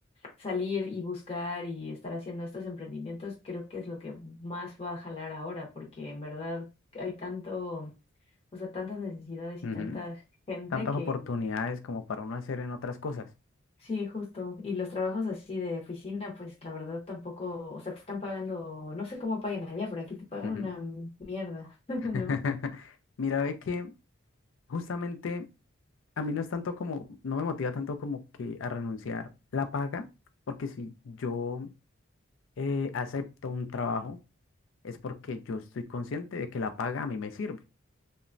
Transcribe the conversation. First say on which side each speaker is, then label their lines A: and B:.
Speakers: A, on the left (about 30°); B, on the left (about 70°).
A: salir y buscar y estar haciendo estos emprendimientos, creo que es lo que más va a jalar ahora, porque en verdad hay tanto, o sea, tantas necesidades
B: ujú.
A: y tanta gente
B: Tantas
A: que
B: oportunidades como para uno hacer en otras cosas.
A: sí, justo. Y los trabajos así de oficina, pues la verdad tampoco, o sea, te están pagando, no sé cómo pagan allá, pero aquí te pagan
B: Ujú.
A: una mierda, <laughs>
B: <laughs>
A: ¿no?
B: Mira, ve que justamente a mí no es tanto como, no me motiva tanto como que a renunciar la paga, porque si yo eh, acepto un trabajo es porque yo estoy consciente de que la paga a mí me sirve.